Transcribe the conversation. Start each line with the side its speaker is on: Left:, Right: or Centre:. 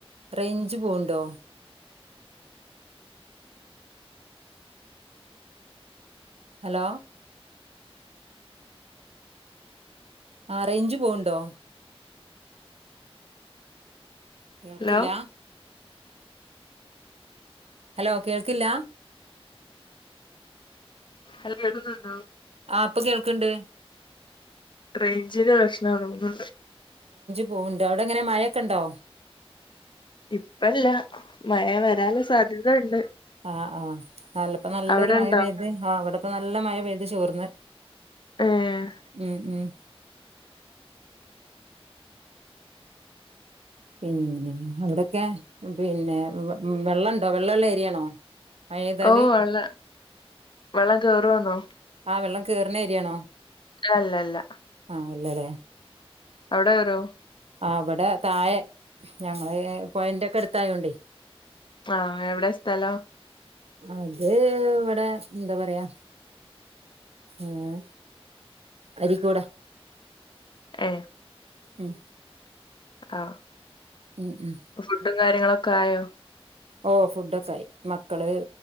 Right: റേഞ്ച് പോവുണ്ടോ ഹലോ ആ റേഞ്ച് പോവുണ്ടോ കേൾക്കില്ല
Left: ഹലോ
Right: ഹലോ കേൾക്കില്ല
Left: അല്ല എടുന്നുണ്ടോ
Right: ആ് ഇപ്പൊ കേൾക്കണ്ട്
Left: റേഞ്ച്നു പ്രശ്നണേ
Right: പോവണ്ട് അവിടെ എങ്ങനെ മഴയൊക്കെണ്ടോ
Left: ഇപ്പല്ല മയ വരാന് സാധ്യത ഉണ്ട്
Right: ആ ആ അല്ലപ്പോ നല്ലൊരു
Left: അവിടെ
Right: മഴ
Left: ഉണ്ടോ
Right: പെയ്ത് ആ അവിടെക്ക നല്ല മഴ പെയ്ത് ചോർന്ന്
Left: ഏഹ്
Right: ഉം ഉം പിന്നെ അവിടൊക്കെ പിന്നെ വെള്ളം ഉണ്ടോ വെള്ളോള്ള ഏരിയാണോ മഴെയ്താല്
Left: ഓ വള്ള വെള്ളം കയറുവാന്നോ
Right: ആ വെള്ളം കേറുന്ന ഏരിയാണോ
Left: അല്ല അല്ല
Right: ആ അല്ലല്ലേ
Left: അവിടെ കേറുവോ
Right: അവിടെ താഴെ ഞങ്ങള് പൊയെന്റൊക്കെ അടുത്തായോണ്ടെ
Left: ആ എവിടെ സ്ഥലം
Right: അത് ഇവിടെ എന്താ പറയാ ഉം അരി കൂട
Left: ഏഹ്
Right: ഉം
Left: ങാ..
Right: ഉം ഉം
Left: ഫുഡും കാര്യങ്ങളൊക്കെ ആയോ..?
Right: ഓ... ഫുഡൊക്കായി. മക്കള്...